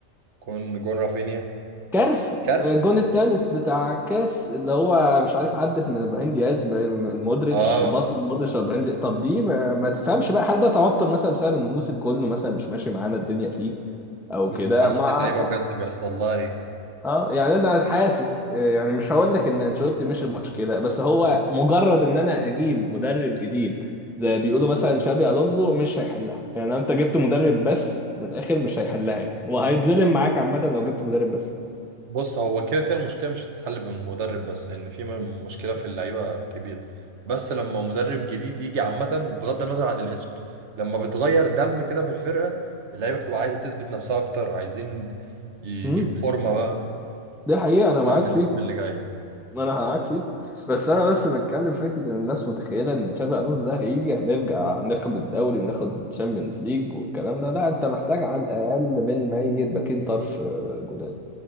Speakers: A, on the right (about 55°); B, in the centre.
A: كون جون رافينيا
B: كارثه
A: كارثة
B: آه، الجون التالت بتاع الكاس اللي هو مش عارف عدت من ابراهيم دياز ب- من مودريتش
A: اه
B: بص مودريتش ابراهيم دياز طب دي ما ما تفهمش بقى هل ده توتر مثلا بسبب ان الموسم كله مثلا مش ماشي معانا الدنيا فيه او
A: ما
B: كده
A: تفهمش
B: مع
A: اللعيبة بجد بيحصل لها إيه
B: اه يعني انا حاسس يعني مش هقول لك ان انشيلوتي مش المشكله بس هو مجرد ان انا اجيب مدرب جديد زي ما بيقولوا مثلا شابي الونزو مش هيحلها يعني انت جبت مدرب بس من الاخر مش هيحلها يعني وهيتظلم معاك عامه لو جبت مدرب بس
A: بص هو كده كده المشكلة مش هتتحل بالمدرب بس لأن في م- مشكلة في اللعيبة كبيرة بس لما مدرب جديد يجي عامة بغض النظر عن الاسم لما بتغير دم كده في الفرقة اللعيبة بتبقى عايزة تثبت نفسها أكتر عايزين يجيبوا
B: امم
A: فورمة بقى
B: دي حقيقه انا
A: بغض
B: معاك
A: عن الاسم
B: فيها.
A: اللي جاي
B: ما انا معاك فيه بس انا بس بتكلم فكره ان الناس متخيله ان تشابي الونسو ده هيجي هنرجع ناخد الدوري وناخد تشامبيونز ليج والكلام ده لا انت محتاج على الاقل من ميت باكين طرف آه، جداد